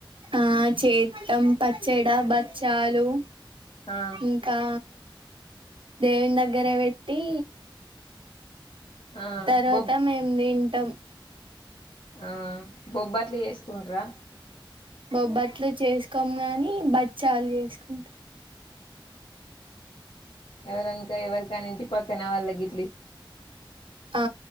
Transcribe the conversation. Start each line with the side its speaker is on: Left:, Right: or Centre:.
Right: ఆ చేత్తం పచ్చడ బచ్చాలు
Left: ఆ
Right: ఇంకా దేవుని దగ్గర పెట్టి
Left: ఆ
Right: తర్వాత
Left: బొబ్
Right: మేము తింటాం
Left: ఆ బొబ్బట్లు చేసుకుంట్రా
Right: బొబ్బట్లు చేసుకొము గాని బచ్చాలు చేసుకుంటాం
Left: ఎవరనకా ఎవరికాన్న ఇంటి పక్కన వాళ్ళకీ
Right: ఆ